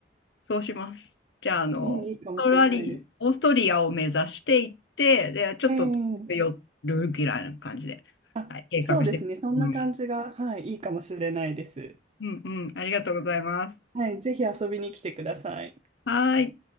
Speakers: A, on the left (about 70°); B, on the right (about 35°).
A: そうします。じゃあ、あの、
B: えーいいかもしれないです。
A: オーストラリ、オーストリアを目指していって、で、ちょっと寄るぐらいな感じで、
B: ええあ、
A: はい、計画していきます。
B: そうですね。そんな感じが、はい、いいかもしれないです。
A: うんうん、ありがとうございます。
B: はい、ぜひ遊びに来てください。
A: はーい。